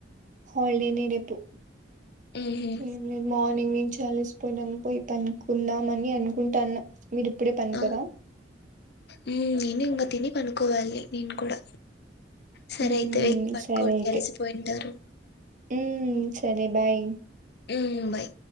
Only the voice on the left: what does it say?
మ్మ్ హ్మ్
ఆ మ్మ్ నేను ఇంకా తిని పనుకోవాలి నేను కూడా సరే
అయితే వెళ్ళి పడుకోండి
అలిసిపోయింటారు
మ్మ్ బాయ్